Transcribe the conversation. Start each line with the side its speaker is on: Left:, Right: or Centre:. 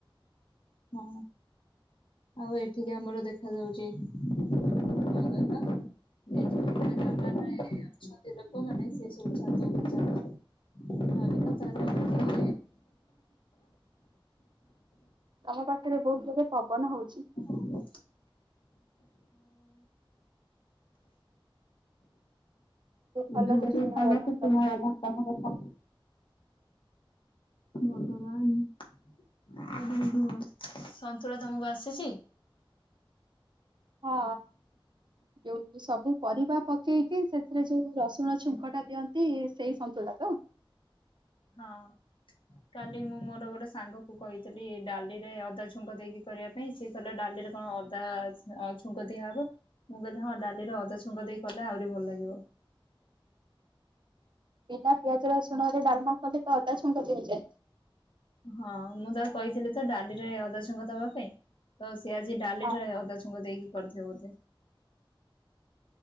Left: ହଁ ଆଉ ଏଠିକି ଆମର ଦେଖାଯାଉଛି କଣ କହିଲ। ଏଇ ଯୋଉ ଇନ୍ଦ୍ରଧନୁରେ ଅଛନ୍ତି ଲୋକମାନେ ସେ ସବୁଛାତ ଉପରେ ଚାଲୁଛନ୍ତି ଖରା ଦିନ ତାର ହଉଚି। <unintelligible>
Right: ଆମ ପାଖରେ ବହୁତ ଜୋରେ ପବନ ହଉଛି।
Left: ହଁ।
Right: ଭଲସେ
Left: ଏବେ
Right: ଶୁଣାଗଲା
Left: ଭଲ ଶୁଭାଗଲା ତୁ-ତୁମ
Right: ତମ
Left: କଥା ତମ କଥା। ଭଗବାନ ଆଉ କଣ କୁହ ସନ୍ତୁଳା ତମକୁ ଆସୁଛି।
Right: ହଁ ଯଉ ସବୁ ପରିବା ପ କେଇ କିି ସେ ସେଥିରେ ଯୋଉ ରସୁଣ ଛୁଙ୍କଟା ଦିଅନ୍ତ ତି ସେଇ ସନ୍ତୁଳା ତ?
Left: ହଁ କାଲି ମୁଁ ମୋର ଗୋଟେ ସାଙ୍ଗ କୁ କହିଥିଲି ଡାଲିରେ ଅଦା ଛୁଙ୍କ ଦେଇକି କରିବା ପାଇଁ, ସେ କହିଲା ଡାଲିରେ କଣ ଅଦା ଆ ଛୁଙ୍କ ଦିଆହବ ମୁଁ କହିଲି ହଁ ଡାଲିରେ ଅଦାଛୁଙ୍କ ଦେଇକି କଲେ ଆହୁରି ଭଲ ଲାଗିବ।
Right: ବିନା ପିଆଜ ରସୁଣ ରେ ଡାଲମା କଲେ ତ ଅଦା ଛୁଙ୍କ ଦିଆଯାଏ।
Left: ହଁ ମୁଁ ତାକୁ କହିଥିଲି ତ ଡାଲିରେ ଅଦାଛୁଙ୍କ ଦବା ପାଇଁ ତ ସେ ଆଜି ଡାଲିରେ
Right: ହଁ
Left: ଅଦା ଛୁଙ୍କ ଦେଇକି କରିଥିବ ବୋଧେ